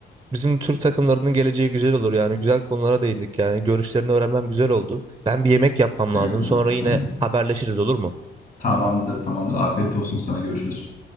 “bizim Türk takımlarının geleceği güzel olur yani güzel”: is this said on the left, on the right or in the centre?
Right